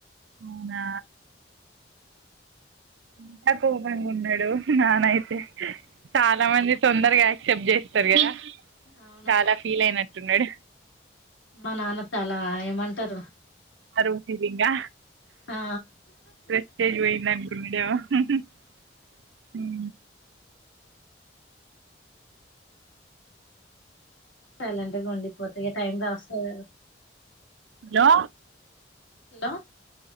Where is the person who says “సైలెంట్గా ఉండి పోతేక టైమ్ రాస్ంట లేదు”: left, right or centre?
Left